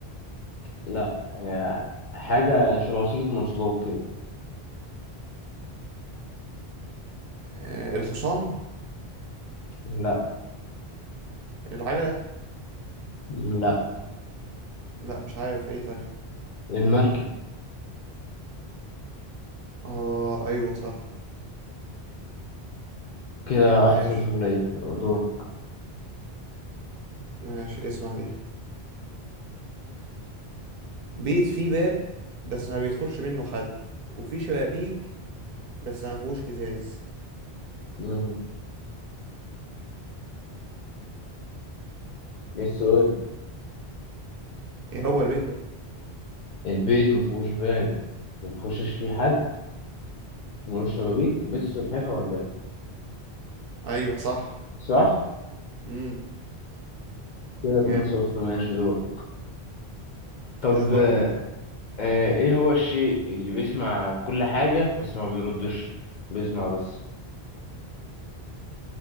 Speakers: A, on the left; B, on the right.
A: لا هي حاجة شبه وسيلة مواصلات كده
B: آه، الحصان
A: لا
B: العجلة
A: لا
B: لا مش عارف ايه طيب
A: المركب
B: اه ايوه صح
A: كده واحد
B: ماشي
A: صفر ليا دور
B: ماشي اسمع دي بيت فيه باب بس ما بيدخلش منه حد وفيه شبابيك بس ما فيهوش ازاز
A: مم. ايه السؤال
B: ايه هو البيت بقى
A: البيت ما فيهوش باب ما بيخشش فيه حد ملوش شبابيك بس سلحفاة ولا ايه
B: ايوه صح
A: صح
B: امم
A: كده اتنين
B: جامد
A: صفر ماشي دور طب
B: كده دورك
A: آه
B: انت
A: آه، ايه هو الشيء اللي بيسمع كل حاجة بس ما بيردش بيسمع بس